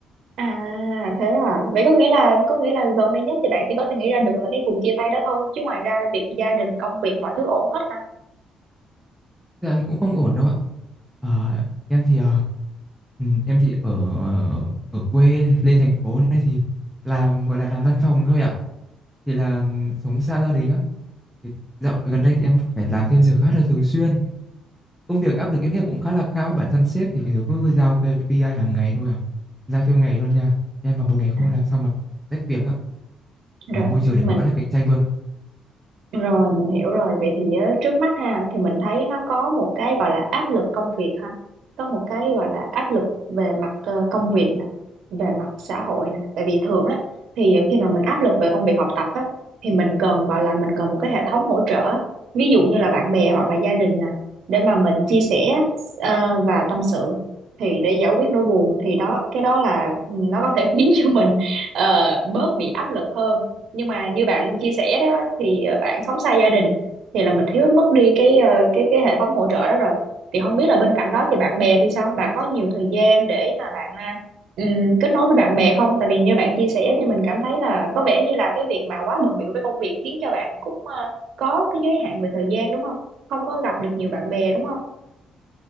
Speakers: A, on the right (about 75°); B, in the centre.
A: À, thế à. Vậy có nghĩa là có nghĩa là gần đây nhất thì bạn chỉ có thể nghĩ ra được là cái cuộc chia tay đó thôi, chứ ngoài ra việc gia đình, công việc mọi thứ ổn hết hả?
B: Thế là thì cũng không ổn đâu ạ. Ờ, em thì ờ, ừ, em thì ở ở quê lên thành phố này thì làm gọi là làm văn phòng thôi ạ. Thì là ừ, sống xa gia đình á. Thì dạo gần đây thì em phải làm thêm giờ khá là thường xuyên. Công việc áp lực em nghĩ là cũng khá là cao. Bản thân sếp thì cứ giao KPI hàng ngày thôi à. Giao theo ngày luôn nha. Em mà một ngày không
A: À,
B: làm xong là rách việc á.
A: rồi,
B: Ờ, môi trường này
A: mình
B: quá là cạnh tranh luôn.
A: Rồi mình hiểu rồi. Vậy thì á, trước mắt ha thì mình thấy nó có một cái gọi là áp lực công việc ha. Có một cái gọi là áp lực về mặt ờ, công việc nè, về mặt xã hội nè. Tại vì thường á thì khi mà mình áp lực về công việc học tập á thì mình cần gọi là mình cần một cái hệ thống hỗ trợ. Ví dụ như là bạn bè hoặc là gia đình nè để mà mình chia sẻ ờ, và tâm sự thì để giải quyết nỗi buồn thì đó cái đó là ừ, nó có thể <laughs> khiến cho mình ờ, bớt bị áp lực hơn nhưng mà như bạn chia sẻ đó thì ờ, bạn sống xa gia đình thì là mình thiếu mất đi cái ờ, cái cái hệ thống hỗ trợ đó rồi thì không biết là bên cạnh đó thì bạn bè thì sao bạn có nhiều thời gian để mà bạn à, ừm, kết nối với bạn bè không tại vì như bạn chia sẻ thì mình cảm thấy là có vẻ như là cái việc mà quá bận bịu với công việc khiến cho bạn cũng ờ, có cái giới hạn về thời gian đúng không không có gặp được nhiều bạn bè đúng không